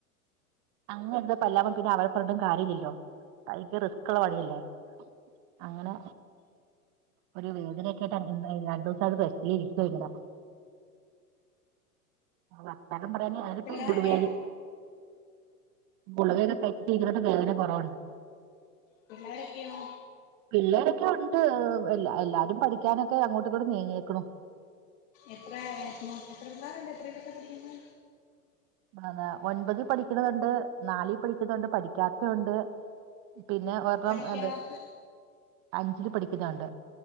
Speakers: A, on the right; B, on the left.
A: അങ്ങേഅറ്റത്തെ പല്ലവുമ്പോ പിന്നെ അവരെപറട്ടും കാര്യല്ലല്ലോ ഭയങ്കരറിസ് ക്ക്ള്ള പണിയല്ലേ അങ്ങനെ ഒരു വേദനേ <unintelligible> വർത്താനം പറയാന് ആരപ്പോ
B: പിള്ളോരൊക്കെ
A: മുഴെപേര് ഗുള്കൊക്കെ സെറ്റി ഇരുപവതും വേദന കുറവുണ്ട്
B: പിള്ളാരൊക്കെയോ
A: പിള്ളേരൊക്കെ ഉണ്ട് എല്ലാ എല്ലാരും പഠിക്കാനൊക്കെ അങ്ങോട്ട്ങ്ങോട്ടും നീങ്ങേക്കണു
B: എത്രോ മു എത്ര പിള്ളേരുണ്ട് എത്രേലൊക്കെ പഠിക്കുന്നേ
A: പ്നത് ഒൻപത് പഠിക്കണതുണ്ട് നാലി പഠിക്കുന്നുണ്ട് പഠിക്കാത്ത ഉണ്ട് പിന്നെ ഒരെണ്ണം
B: പഠിക്കാത്ത
A: എന്ത് അഞ്ചില് പഠിക്കുന്നണ്ട്